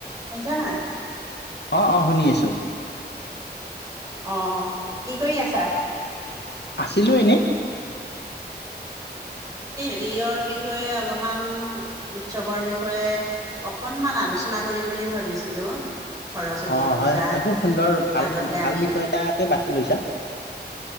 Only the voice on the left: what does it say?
অঁ অঁ শুনি আছোঁ
আছিলোঁ এনে
অ
হয় হয় খুব সুন্দৰ ভাল
ভাল
বিষয় এটাকে বাছি লৈছা।